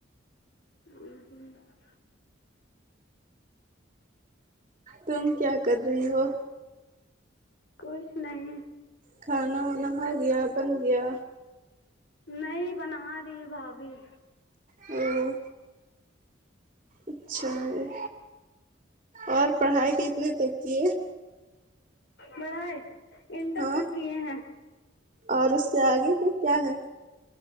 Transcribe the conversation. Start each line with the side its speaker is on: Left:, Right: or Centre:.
Left: ہوں
Right: تم کیا کر رہی ہو
Left: کچھ نہیں
Right: کھانا وانا ہو گیا بن گیا
Left: نہیں بنا رہی ہے بھابھی
Right: او اچھا ہے اور پڑھائی کتنے تک کی ہے
Left: پڑھائی انٹر
Right: ہاں
Left: تک کیے ہیں
Right: اور اس سے آگے کا کیا ہے